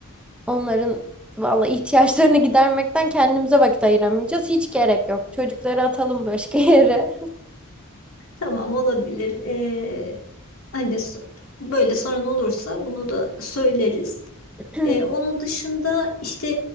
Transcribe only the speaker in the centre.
Onların valla ihtiyaçlarını gidermekten kendimize vakit ayıramayacağız. Hiç gerek yok. Çocukları atalım başka <laughs> yere.
<clears throat>